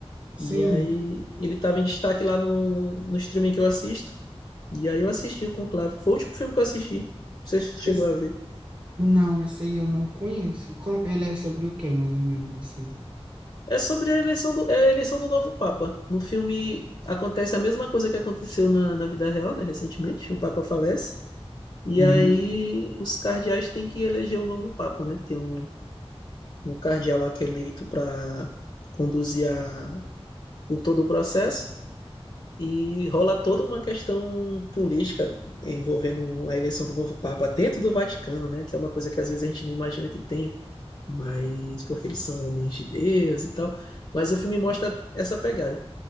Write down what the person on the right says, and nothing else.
Sim,
esse...
não, esse aí eu não conheço. Com... Ele é sobre o quê, mais ou menos assim?
Uhum.